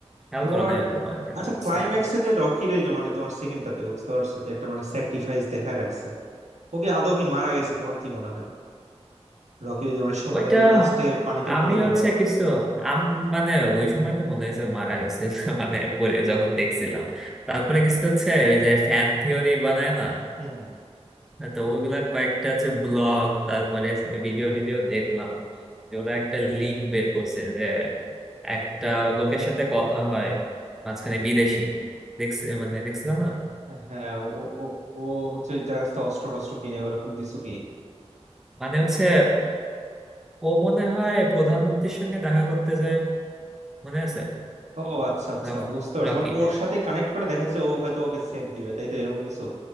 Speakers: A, in the centre; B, on the right.
A: খেয়াল
B: তোমার
A: করো না হয়তো বা, কিন্তু
B: আচ্ছা
A: হচ্ছে
B: ক্লাইম্যাক্সে যে রকিরে যে মানে তোমার সেকেন্ডটাতে বুঝতে পারছো যে একটা মানে স্যাক্রিফাইস দেখায় রাখছে ওকে আদৌ কি মারা গেছে তোমার কি মনে হয় রকি ওই যে মানে সো-
A: ওইটা
B: মানে লাস্টে পানিতে
A: আমি
B: পড়ে গেল
A: হচ্ছে কিছু আম মানে ওই সময় তো মনে হয়েছে মারা গেছে <laughs> মানে পরে যখন দেখছিলাম তারপরে কিছু হচ্ছে ওই যে ফ্যান থিওরি বানায় না
B: হুম হুম।
A: তো ওইগুলা কয়েকটা হচ্ছে ব্লগ তারপরে ভিডিও টিডিও দেখলাম যে ওরা একটা লিংক বের করছে যে একটা লোকের সাথে কথা হয় মাঝখানে বিদেশি দেখছি মানে দেখছিলাম না
B: হ্যাঁ ও ও ও হচ্ছে যার কাছ থেকে অস্ত্র টস্ত্র কিনে ওরকম কিছু কিনে
A: মানে হচ্ছে ও মনে হয় প্রধানমন্ত্রীর সঙ্গে দেখা করতে যায় মনে আছে
B: ও আচ্ছা আচ্ছা
A: রকি
B: বুঝতে পারছি
A: রকি
B: মানে ওর সাথে কানেক্ট করে দেখাচ্ছে ও হয়তো ওকে সেভ দিবে তাই তো এরকম কিছু